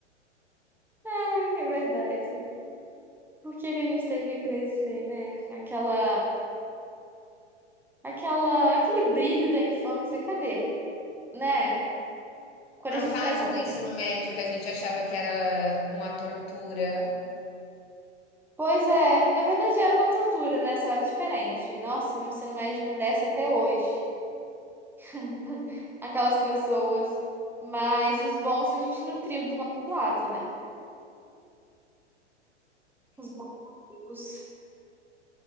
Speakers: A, in the centre; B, on the left.
A: Ai, é verdade. Por que que a gente teve que crescer, né? Aquela, aquela, aquele brilho da infância, cadê? Né? Quando a gente
B: A fase
A: sai pra brincar
B: do ensino médio que a gente achava que era uma tortura.
A: Pois é, na verdade era uma tortura, né? Só era diferente. Nossa, meu ensino médio não desce até hoje. <laughs> Aquelas pessoas. Mas os bons a gente nutriu do nosso lado, né? Os bons amigos.